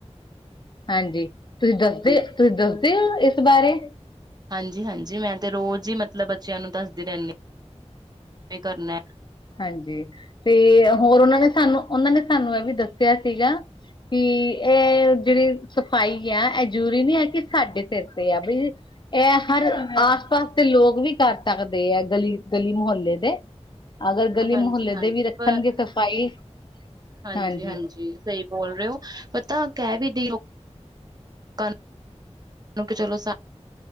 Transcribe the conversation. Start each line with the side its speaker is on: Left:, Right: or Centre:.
Left: ਹਾਂਜੀ, ਤੁਸੀਂ ਦੱਸਦੇ ਤੁਸੀਂ ਦੱਸਦੇ ਔ ਇਸ ਬਾਰੇ।
Right: ਹਾਂਜੀ-ਹਾਂਜੀ ਮੈਂ ਤੇ ਰੋਜ਼ ਈ ਮਤਲਬ ਬੱਚਿਆਂ ਨੂੰ ਦੱਸਦੀ ਰੈਂਨੀ ਏ ਕਰਨੈ।
Left: ਹਾਂਜੀ ਤੇ ਹੋਰ ੳਨਾਂ ਨੇ ਸਾਨੂੰ ੳਨਾਂ ਨੇ ਸਾਨੂੰ ਏ ਵੀ ਦੱਸਿਆ ਸੀਗਾ। ਕਿ ਐ ਜੇੜੀ ਸਫ਼ਾਈ ਆ ਏ ਜ਼ਰੂਰੀ ਨੀ ਐ ਕਿ ਸਾਡੇ ਸੇਰ ਤੇ ਐ ਭਈ ਐ ਹਰ ਆਸ ਪਾਸ ਦੇ ਲੋਕ ਵੀ ਕਰ ਸਕਦੇ ਐ ਗਲੀ-ਗਲੀ ਮੁਹੱਲੇ ਦੇ। ਅਗਰ ਗਲੀ
Right: ਹਾਂਜੀ-ਹਾਂਜੀ
Left: ਮੁਹੱਲੇ ਦੇ ਵੀ ਰੱਖਨਗੇ
Right: ਪਰ
Left: ਸਫ਼ਾਈ
Right: ਹਾਂਜੀ-ਹਾਂਜੀ
Left: ਹਾਂਜੀ
Right: ਸਈ ਬੋਲ ਰਏ ੳ, ਪਤਾ ਕੈ ਵੀ ਦੇੳ <unintelligible>